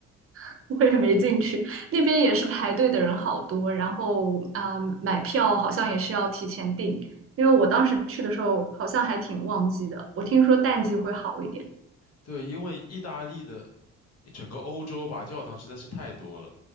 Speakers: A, on the right (about 45°); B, on the left (about 55°).
A: <laughs> 我也没进去，那边也是排队的人好多，然后啊、呃买票好像也是要提前订，因为我当时去的时候好像还挺旺季的，我听说淡季会好一点。
B: 对，因为意大利的一整个欧洲吧，教堂实在是太多了，